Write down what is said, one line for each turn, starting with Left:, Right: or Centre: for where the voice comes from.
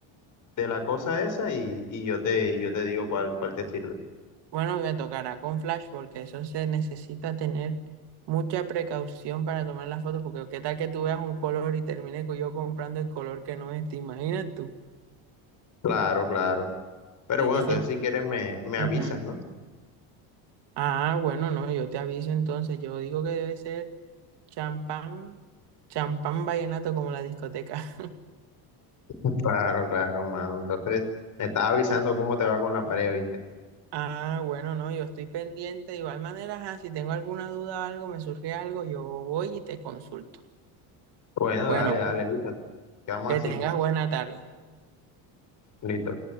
Left: de la cosa esa y, y yo te, yo te digo cuál, cuál te sirve.
Right: Bueno, me tocará con flash porque eso se necesita tener mucha precaución para tomar las fotos porque qué tal que tú veas un color y termine co- yo comprando el color que no es, te imaginas tú.
Left: Claro, claro. Pero
Right: Tiene
Left: bueno,
Right: que
Left: entonces
Right: ser...
Left: si quieres me, me avisas,
Right: Ujú.
Left: ¿no?
Right: Ah, bueno, no, yo te aviso entonces, yo digo que debe ser champán, champán vallenato como la discoteca.
Left: <laughs> Claro, claro, mano. Entonces me estás avisando cómo te va con la pared, ¿viste?
Right: Ah, bueno, no, yo estoy pendiente. De igual manera, ajá, si tengo alguna duda, algo, me surge algo, yo voy y te consulto.
Left: Bueno,
Right: Bueno,
Left: dale, dale,
Right: pues,
Left: listo. Quedamos
Right: que
Left: así,
Right: tengas
Left: pues.
Right: buena tarde.
Left: Listo.